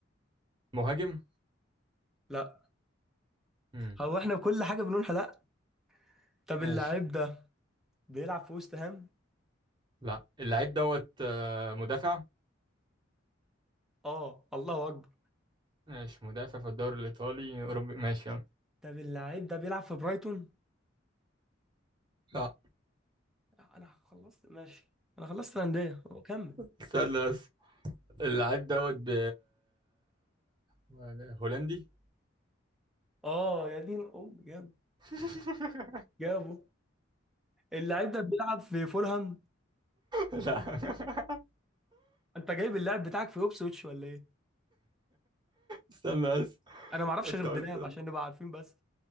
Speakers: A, on the right; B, in the centre.
A: مهاجم
B: لا.
A: امم
B: هو احنا كل حاجه بنقول لا طب
A: ماشي
B: اللاعب ده بيلعب في وست هام
A: لا اللعيب دوت آه، مدافع
B: اه الله اكبر
A: ماشي مدافع في الدوري الإيطالي أوروبي ماشي يلا
B: طب اللاعب ده بيلعب في برايتون
A: لا
B: لا، انا خلصت ماشي انا خلصت الانديه هو كمل
A: استنى بس اللعيب دوت ب ولا- هولندي
B: اه يا دين ام جاب
A: <laughs>
B: جابه اللاعب ده بيلعب في فولهام
A: لا
B: انت جايب اللاعب بتاعك في اوبسويتش ولا ايه
A: استنى بس
B: انا ما اعرفش
A: انت
B: غير الدلاب
A: قلت
B: عشان نبقى عارفين بس